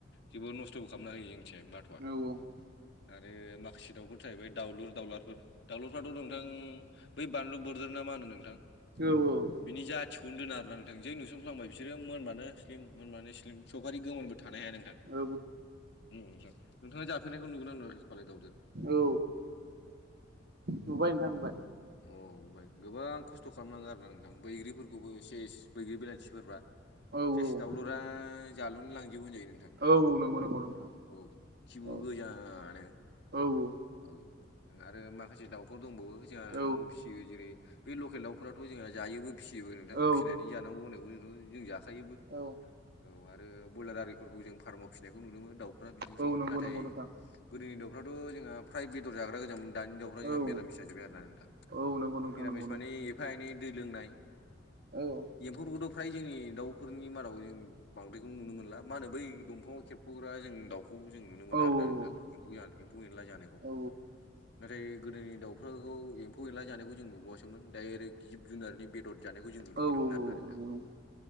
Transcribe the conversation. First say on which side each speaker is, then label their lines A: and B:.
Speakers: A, on the left (about 60°); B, on the right (about 55°).
A: जबोद नस्थ'बो खालामना होयो जोंनिथि बाथ'आ।
B: औ औ
A: आरो माखासे दाउफोर थाहैबाय दाउलुर दाउलारफोर दाउलरफ्राथ' नोंथां बै बानलु बोरदोर ना मा होनो नोंथां?
B: औ औ
A: बिनि जाथिखौनो दोना आरोना नोंथां जै नुसनफ्लांबाय बिसोरो मोनबानो स्लिम मोनबानो स्लिम सफारि गोमोनबो थानो हाया नोंथां।
B: औ
A: नोंथाङ जाफेरनायखौ नुदों ना नुवाखै फालाय <unintelligible>
B: औ नुबाय नोंथां नुबाय।
A: औ नुबाय गोबां खस्थ' खालामनङो आरोोना नोंथां बैग्रिफोरखौबो सेस बैग्रि बिलाथिफोरबा
B: औ
A: फेस
B: औ
A: दावउलुरा जालुनो लांजोबो होनजायो नोंथां।
B: औ नंगौ नंगौ नोंथां
A: औ खिबु
B: औ
A: गोजानो।
B: औ औ
A: औ आरो माखासे दाउफोर दंबावो जोंहा
B: औ
A: न'आव फिसियो जेरै बे लकेल दाउफोरा्राथ' जोंहा जायोबो फिसियोबो नोंथां
B: औ
A: फिसिनानै जानांगौ होननायखौ जथ' जों जाखायो।
B: औ
A: औ आरो ब्रलार आर ज फार्माव फनायखौ नुनो दाउ दफ्रा बिदिनोसै
B: औ नंगौ
A: नाथाय
B: नंगौ नोंथां
A: गोदोनि दाउफ्राथ' जोंहा फ्राय बेदर जाग्रा गोजाम मोन। दानि दाउफ्रा जोंहा
B: औ
A: मिरामिस जाजोब्बाय आरो ना नोंथां
B: औ नंगौ नोंथां
A: मिरामिस
B: नंगौ नंगौ
A: मानिे एफा एनै दै लोंनाय।
B: औ।
A: एम्फौफोरखौथ' फ्राय जोंनि दाउफोरनि मादाव जों बांद्रायखौ नुनो मोनला मा होनो बै दंफाङाव खेबख'ग्रा जों दाउ। खौ जों नुनो मोन
B: औ
A: आरोना
B: औ
A: नोंथां एम्फौ एनला जानायखौ
B: औ
A: नाथाय गोदोनि दा खौ एम्फौ एनला जानायखौ जों नुबासोमोन दडाइरेक्ट जिब जुनारनि बेदर जानायखौ जों नुनो
B: औ
A: मोनोमोन
B: औ
A: आरोना नोंथां।
B: नंगौ नंगौ